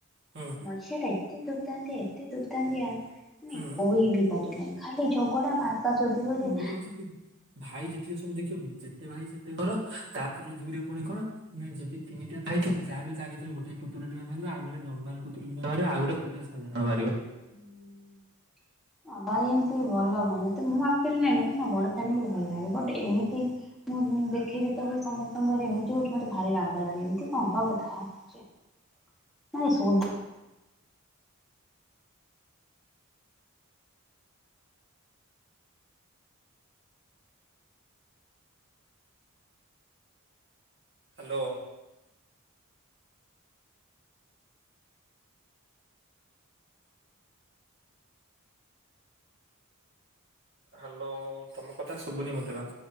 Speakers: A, on the right; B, in the centre.
A: ହୁଁ
B: ମଝିଆ ଟା ଏତେ ଦୁର୍ଦନ୍ତିଆ ଏତେ ଦୁର୍ଦନ୍ତିଆ ମାନେ
A: ହୁଁ
B: କହିବି ପାରିବନି। ଖାଲି ଝଗଡା ଭାଷା ସୋଧିବ ଯେ।
A: ମୁଁ ଗୋଟେ କଥା କହିବି ଭାଇ ଯେତିକି ସବୁ ଦେଖିବ ଯେତେ ଭାଇ ସେତେ ଘର ତାପରେ ଦୁଇରେ ପୁଣି କଣ ନାଇଁ ଯଦି ତିନିଟା ଭାଇ ଥିବେ ଯାହାବି ହେଲେ ତା ଭିତରୁ ଗଟେ କୁତୁରୁମିଆ ବାହାରିବେ ଆଉ ଗୋଟେ ନର୍ମାଲ କୁତୁରୁମିଆ ବାହାରିବେ ଆଉ ଗୋଟେ ପୁରା ସାଧାରଣ ବାହାରିବ।
B: ହୁଁ। ହଁ ଭାଇ ଏମିତି ଭଲଭଲ ନୁହ ମତେ ମୁଁ ଆକଚୁଲି ନାହିଁ ମତେ ନା ବଡ ଫ୍ୟାମିଲି ଭଲ ଲାଗେ ବଟ ଏମିତି ମୁଁ ଦେଖେ ଯେତେବେଳେ ସମସ୍ତଙ୍କ ଘରେ ଏମିତି ହଉଛି ମତେ ଭାରି ରାଗ ଲାଗେ ଏମିତି କଣ ହବା କଥା ଛି। <unintelligible>
A: ହ୍ୟାଲୋ। ହ୍ୟାଲୋ ତମ କଥା ଶୁଭୁନି ମତେ ବା।